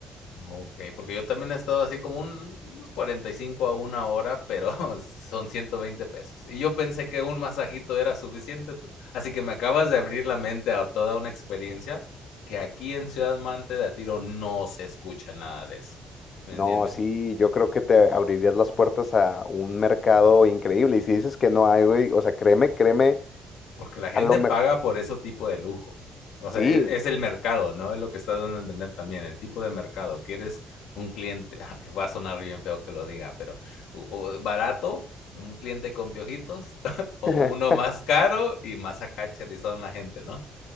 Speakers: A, on the left; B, on the left.
A: Ok, porque yo también he estado así como un- unos 45 a una hora, pero <laughs> son 120 pesos. Y yo pensé que un masajito era suficiente, tú. Así que me acabas de abrir la mente a toda una experiencia que aquí en Ciudad Mante de a tiro no se escucha nada de eso. ¿Me
B: No,
A: entiendes?
B: sí, yo creo que te abrirías las puertas a un mercado increíble. Y si dices que no hay, güey, o sea, créeme, créeme,
A: Porque la gente
B: a lo
A: paga
B: mejor,
A: por ese tipo de lujo. O
B: sí,
A: sea, es, es el mercado, ¿no? Es lo que está dando a entender también, el tipo de mercado. Quieres un cliente, <laughs> va a sonar bien feo que lo diga, pero o- o barato, un cliente con piojitos, <laughs> o
B: <laughs>
A: uno más caro y más acá cherrizón la gente, ¿no?